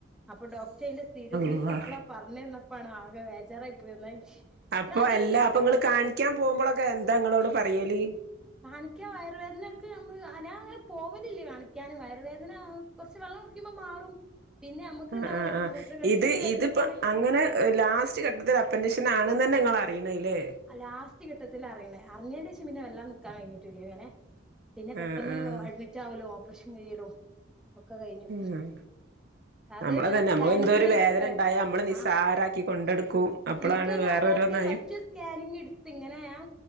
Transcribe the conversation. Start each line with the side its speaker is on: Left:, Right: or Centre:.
Centre: അപ്പൊ ഡോക്ട് അയിന്റെ സീരിയസ്നെസ്
Right: അള്ളാ
Centre: അപ്പളാ പർഞ്ഞന്നപ്പാണ് ആകെ വേചാറായി പോയി അത്ര
Right: അപ്പൊ
Centre: അറിയില്ല
Right: അല്ല അപ്പൊ
Centre: ട്ടോ
Right: ഇങ്ങള് കാണിക്ക്യാൻ പോവുമ്പളൊക്കെ എന്താ ങ്ങളോട് പറയല്
Centre: കാണിക്ക്യാൻ വയറുവേദനക്ക്‌ അമ്മള് അ നാ അങ്ങനെ പോവലില്ല കാണിക്ക്യാന് വയറ് വേദനാ കൊർച്ച് വെള്ളം കുടിക്ക്മ്പോ മാറും പിന്നെ അമ്മക്ക്ണ്ടാവൊ
Right: ആഹ് ആഹ്
Centre: ലോ
Right: ആഹ്
Centre: മൂത്രകട്ചിലിന്റെ
Right: ഇത്
Centre: വേദനയോക്കെണ
Right: ഇതിപ്പോ അങ്ങനെ ലാസ്റ്റ് ഘട്ടത്തിലാ അപ്പൻഡീഷൻ ആണ് ന്നന്നെ ഇങ്ങള് അറിണ ലെ
Centre: ആ ലാസ്റ്റ് ഘട്ടത്തിലാ അറീണേ അർഞ്ഞെന്റെശം പിന്നെ വല്ലാതെ നിക്കാൻ കഴിഞ്ഞിട്ടില്ല ങ്ങനെ പിന്നെ പെട്ടെന്ന്
Right: ആഹ് ആഹ്
Centre: അഡ്മിറ്റ് ആവലും ഓപ്പർഷൻ കയ്യലും ഒക്കെ കഴിഞ്ഞു
Right: ഉം
Centre: അത്
Right: നമ്മളെ
Centre: ഞാൻ
Right: തന്നെ
Centre: സ്കാനിങ്ങില്
Right: നമ്മള് എന്തോ ഒരു വേദന
Centre: പെ
Right: ഉണ്ടായ നമ്മള് നിസ്സാരാക്കി
Centre: ആഹ്
Right: കൊണ്ടെടുക്കും അപ്പളാണ്
Centre: ഇനിക്കയ്ന്
Right: വേറെരോന്നായി
Centre: അറിയാത്തെ ഫസ്റ്റ് സ്കാനിങ് ഇട്ത്ത് ഇങ്ങനെ ഞാൻ